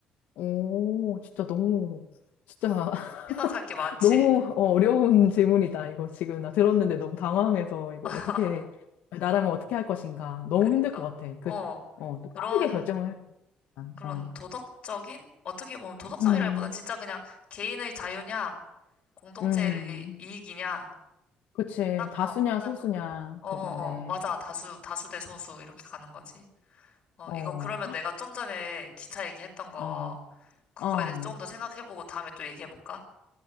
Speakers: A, on the left; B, on the left.
A: 오, 진짜 너무, 진짜 <laughs>
B: 생각할 게 많지.
A: 너무 어, 어려운 질문이다. 이거 지금 나 들었는데 너무 당황해서 이거
B: <laughs>
A: 어떻게, 나라면 어떻게 할 것인가. 너무
B: 그니까.
A: 힘들 것 같아. 그,
B: 어,
A: 어, 또
B: 그런,
A: 빠르게 결정을 해야 되니까.
B: 그런
A: 어,
B: 도덕적인? 어떻게 보면 도덕적이라기보단
A: 음,
B: 진짜 그냥 개인의 자유냐, 공동체의
A: 음,
B: 이익이냐,
A: 그치.
B: 딱,
A: 다수냐,
B: 어, 극단적으로.
A: 소수냐,
B: 어,
A: 그건데,
B: 어, 어, 맞아. 다수, 다수 대 소수 이렇게 가는 거지. 어,
A: 어,
B: 이거 그러면 내가 좀 전에 기차 얘기했던 거,
A: 어,
B: 그거에
A: 어.
B: 대해서 조금 더 생각해보고 다음에 또 얘기해볼까?